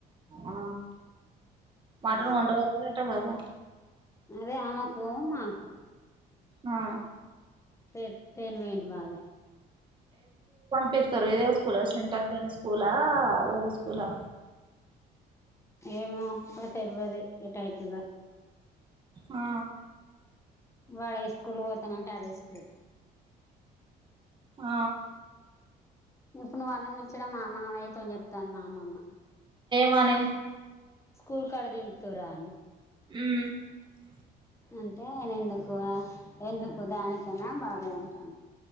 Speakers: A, on the right; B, on the left.
A: ఆ మటన్
B: మ్మ్
A: కొండతుట కదా
B: అదే ఆమెకు మాకు
A: ఆ
B: తేన్ తేన్ పోండు భావే
A: పెతారు ఇద కురా సెంటటె నెస్ స్కూలా వేర స్కూలా
B: ఏమో అక్క తెలవది ఎట్యతుద
A: ఆ
B: వాళ్ళే స్కూల్ పోతానంటే అదే స్కూల్
A: ఆ
B: ఇప్పుడు నువ్ అన్నం ముచ్చడం మామయ్యతోోని చెప్ మామమ
A: మానే
B: స్కూల్ కాడ దిపుతువు రా అని
A: ఉ
B: అంటే ఎందుకు ఆ ఎందుకు దానికని బాబాయ్ అంటండు